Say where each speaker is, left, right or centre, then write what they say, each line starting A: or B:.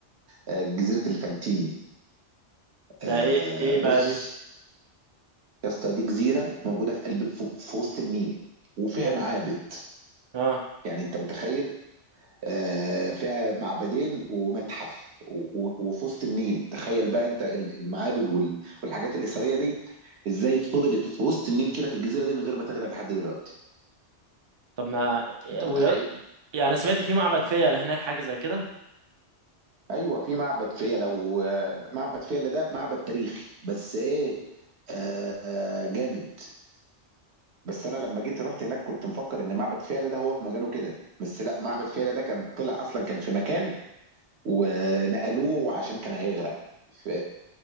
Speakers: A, on the right; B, on the right.
A: آه، جزيره الفانتين
B: ده
A: آه،
B: ايه ايه
A: بص
B: بقى دي
A: يا اسطى دي جزيره موجوده في قلب في في وسط النيل وفيها
B: حلو
A: معابد
B: اه
A: يعني انت متخيل آه، فيها معبدين ومتحف و- و- وفي وسط النيل تخيل بقى انت ال- المعابد وال- والحاجات الأثرية دي ازاي فضلت في وسط النيل كده في الجزيرة دي من غير ما تغرق لحد دلوقتي
B: طب ما إيه
A: انت
B: ويا-
A: متخيل
B: يعني انا سمعت في معبد فيلة هناك حاجة زي كده
A: ايوه في معبد فيلة ومعبد فيلة ده معبد تاريخي بس ايه آه آه، جامد بس انا لما جيت رحت هناك كنت مفكر ان معبد فيلة ده هو في مكانه كده بس لا معبد فيلة ده كان طلع اصلا كان في مكان ونقلوه عشان كان هيغرق في